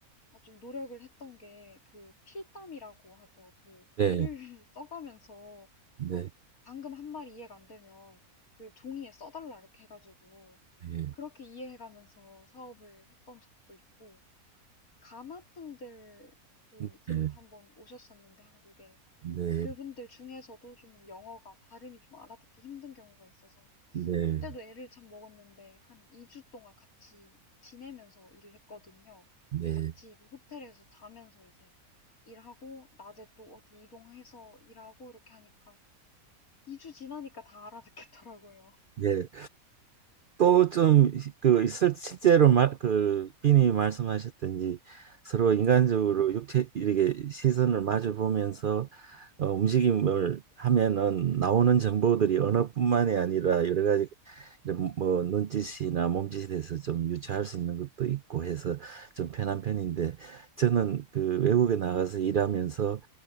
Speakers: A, on the left; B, on the right.
A: 아, 좀 노력을 했던 게, 그 필담이라고 하죠. 그 글을
B: 네,
A: <laughs> 써가면서,
B: 네,
A: 그러니까
B: 네,
A: 방금 한 말이 이해가 안 되면, 그 종이에 써달라 이렇게 해가지고,
B: 네,
A: 그렇게 이해해 가면서 사업을 했던 적도 있고, 가나 분들도
B: 네,
A: 이제 한번 오셨었는데, 한국에.
B: 네,
A: 근데 그분들 중에서도 좀 영어가 발음이 좀 알아듣기 힘든 경우가 있어서,
B: 네,
A: 그때도 애를 참 먹었는데, 한 2주 동안 같이 지내면서 일을 했거든요.
B: 네,
A: 같이 그 호텔에서 자면서 이제 일하고, 낮에 또 어디 이동해서 일하고, 이렇게 하니까, 2주 지나니까 다 알아듣겠더라고요.
B: 네. 또 좀 그 실제로 말, 그 비님이 말씀하셨던지 서로 인간적으로
A: 네,
B: 육체 이렇게 시선을 마주 보면서 어, 움직임을 하면은 나오는 정보들이
A: 네,
B: 언어뿐만이 아니라 여러 가지 이런 뭐 눈짓이나 몸짓에 대해서 좀 유추할 수 있는 것도 있고 해서 좀 편한 편인데 저는 그 외국에 나가서 일하면서